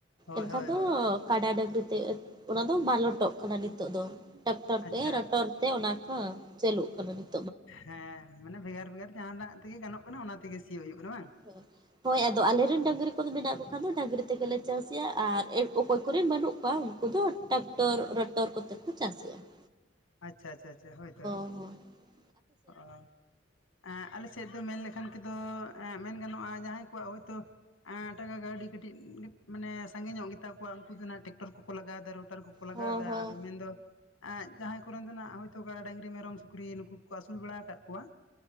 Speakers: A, on the left; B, on the right.
A: ᱦᱳᱭ
B: ᱮᱱᱠᱷᱟᱱ
A: ᱦᱳᱭ
B: ᱫᱚ
A: ᱦᱳᱭ
B: ᱠᱟᱰᱟ ᱰᱟᱹᱝᱨᱤ ᱛᱮ ᱚᱱᱟ ᱫᱚ ᱢᱟᱞᱚᱴᱚᱜ ᱠᱟᱱᱟ ᱱᱤᱛᱚᱜ ᱫᱚ ᱴᱟᱠᱴᱚᱨ
A: ᱟᱪᱪᱷᱟ
B: ᱛᱮ ᱨᱚᱴᱚᱨ ᱛᱮ ᱚᱱᱟ ᱠᱚ ᱪᱟᱹᱞᱩᱜ ᱠᱟᱱᱟ ᱱᱤᱛ ᱾
A: ᱦᱮᱸ ᱢᱟᱱᱮ ᱵᱷᱮᱜᱟᱨ ᱵᱷᱮᱜᱟᱨ ᱡᱟᱦᱟᱸᱱᱟᱜ ᱛᱮᱜᱮ ᱜᱟᱱᱚᱜ ᱠᱟᱱᱟ ᱚᱱᱟ ᱛᱮᱜᱮ ᱥᱤᱭᱳᱜ ᱦᱩᱭᱩᱜ ᱠᱟᱱᱟ ᱵᱟᱝ!
B: ᱦᱳ ᱦᱳᱭ ᱟᱫᱚ ᱟᱞᱮᱨᱮᱱ ᱰᱟᱝᱨᱤ ᱠᱚ ᱫᱚ ᱢᱮᱱᱟᱜ ᱠᱚ ᱠᱷᱟᱱ ᱫᱚ ᱰᱟᱝᱨᱤ ᱛᱮᱜᱮᱞᱮ ᱪᱟᱥ ‌ᱮᱭᱟ ᱟᱨ ᱮ ᱚᱠᱚᱭ ᱠᱚᱨᱤᱱ ᱵᱟᱹᱱᱩᱜ ᱠᱚᱣᱟ ᱩᱱᱠᱩ ᱫᱚ ᱴᱟᱠᱴᱚᱨ ᱨᱚᱴᱚᱨ ᱠᱚᱛᱮ ᱠᱚ ᱪᱟᱥᱮᱜᱼᱟ ᱾
A: ᱟᱪᱪᱷᱟ ᱪᱷᱟ ᱪᱷᱟ ᱦᱳᱭᱛᱚ ᱾
B: ᱦᱳᱭ ᱾
A: ᱚ ᱾ ᱟᱸ ᱟᱞᱮ ᱥᱮᱫ ᱫᱚ ᱢᱮᱱ ᱞᱮᱠᱷᱟᱱ ᱠᱮᱫᱚ ᱢᱮᱱ ᱜᱟᱱᱚᱜᱼᱟ ᱡᱟᱦᱟᱸᱭ ᱠᱚᱣᱟᱜ ᱦᱳᱭ ᱛᱚ ᱮᱸ ᱴᱟᱠᱟ ᱠᱟᱹᱣᱰᱤ ᱠᱟᱹᱴᱤᱡ ᱢᱟᱱᱮ ᱥᱟᱸᱜᱮ ᱧᱚᱜ ᱜᱮᱛᱟ ᱠᱚᱣᱟ ᱩᱱᱠᱩ ᱫᱚ ᱱᱟᱦᱟᱸᱜ ᱴᱮᱠᱴᱚᱨ ᱠᱚᱠᱚ ᱞᱟᱜᱟᱣ ᱫᱟ ᱨᱳᱴᱟᱨ ᱠᱚ ᱞᱟᱜᱟᱣ
B: ᱦᱚᱸ
A: ᱫᱟ
B: ᱦᱚᱸ
A: ᱟᱫᱚ ᱢᱮᱱᱫᱚ ᱟᱸ ᱡᱟᱦᱟᱸᱭ ᱠᱚᱨᱮᱱ ᱫᱚ ᱱᱟᱜ ᱦᱳᱭᱛᱳ ᱠᱟᱲᱟ ᱰᱟᱹᱝᱨᱤ ᱢᱮᱨᱚᱢ ᱥᱩᱠᱨᱤ ᱱᱩᱠᱩ ᱠᱚ ᱟᱹᱥᱩᱞ ᱵᱟᱲᱟ ᱟᱠᱟᱫ ᱠᱚᱣᱟ